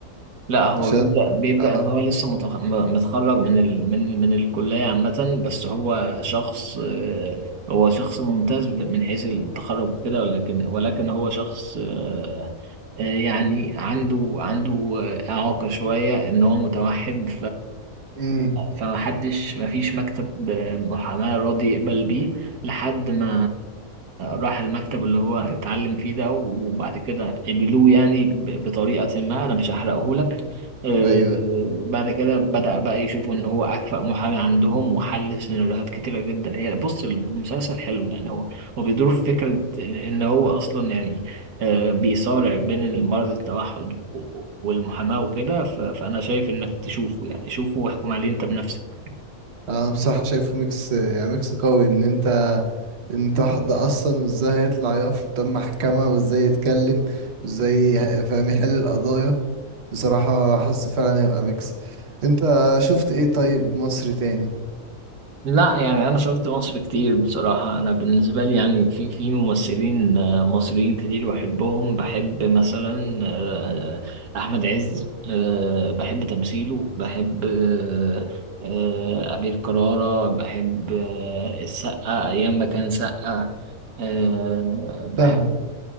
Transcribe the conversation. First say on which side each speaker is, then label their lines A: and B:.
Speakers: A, on the right (about 85°); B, on the right (about 50°).
A: لا هو
B: عشان
A: بيبدأ بيبدأ
B: اه
A: إن هو لسه متخ- م- متخرج من ال... من من الكلية عامة بس هو شخص آه، هو شخص ممتاز من حيث التخرج وكده ولكن ولكن هو شخص آه، آه، يعني عنده عنده آه، إعاقة شوية إن هو متوحد
B: امم
A: فمحدش مفيش مكتب محاماة راضي يقبل بيه لحد ما راح المكتب اللي هو اتعلم فيه ده وبعد كده قبلوه يعني ب- بطريقة ما أنا مش هحرقه لك آه،
B: ايوه
A: بعد كده بدأ بقى يشوفوا إن هو أكفأ محامي عندهم وحل سيناريوهات كتيرة جدا هي بص المسلسل حلو يعني هو هو بيدور في فكرة آه، إن هو أصلا يعني آه، بيصارع بين المرض التوحد و- والمحاماة وكده ف- فأنا شايف إنك تشوفه يعني شوفه واحكم عليه أنت بنفسك
B: انا بصراحة شايفه ميكس يعني ميكس قوي ان انت انت واحدة اصلا وازاي هيطلع يقف قدام محكمة وازاي يتكلم وازاي ه- فاهم يحل القضايا بصراحة حاسه فعلا هيبقى ميكس انت شفت ايه طيب مصري تاني
A: لا يعني أنا شفت مصر كتير بصراحة أنا بالنسبة لي يعني في في ممثلين آه، مصريين كتير بحبهم بحب مثلا آه، أحمد عز آه، بحب تمثيله بحب آه، آه، أمير كرارة بحب آه، السقا أيام ما كان سقا آه، بحب
B: فاهمك